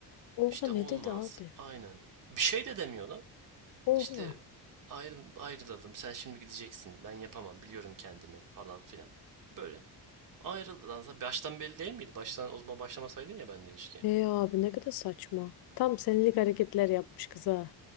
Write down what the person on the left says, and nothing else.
Oha
ne
dedi abi?
Oha.
E abi ne kadar saçma. Tam senlik hareketler yapmış kıza.